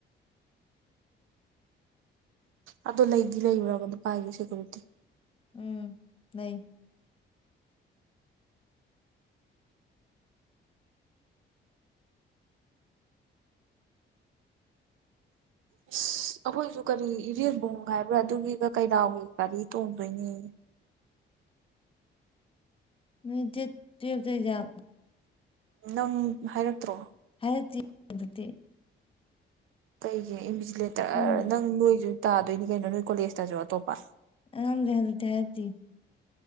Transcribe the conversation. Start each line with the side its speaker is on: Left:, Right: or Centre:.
Right: ꯑꯗꯨ ꯂꯩꯗꯤ ꯂꯩꯔꯨꯔꯕ ꯑꯗꯨ ꯄꯥꯏꯒꯦ ꯁꯦꯀꯌꯨꯔꯤꯇꯤ
Left: ꯎꯝ ꯂꯩ
Right: ꯑꯁ ꯑꯩꯈꯣꯏꯁꯨ ꯀꯔꯤ ꯏꯔꯕꯨꯡ ꯍꯥꯏꯕ꯭ꯔꯥ ꯑꯗꯨꯒꯤꯒ ꯀꯩꯔꯥꯎꯒꯤ ꯒꯥꯔꯤ ꯇꯣꯡꯗꯣꯏꯅꯤ
Left: ꯅꯣꯏ ꯗꯦꯠ ꯇꯨꯋꯜ ꯑꯦꯖꯝ
Right: ꯅꯪ ꯍꯥꯏꯔꯛꯇ꯭ꯔꯣ
Left: ꯦ
Right: ꯇꯩꯌꯦꯦ ꯏ ꯂꯦꯇꯔ
Left: ꯈꯪꯗꯦ
Right: ꯅꯪ ꯂꯣꯏꯁꯨꯣꯏ ꯇꯥꯗꯣꯏꯅꯤ ꯀꯩꯅꯣ ꯅꯣꯏ ꯀꯣꯂꯦꯖꯇꯁꯨ ꯑꯇꯣꯞꯄ
Left: ꯑꯗ ꯍꯥꯏ ꯇ ꯍꯥꯏꯗꯤ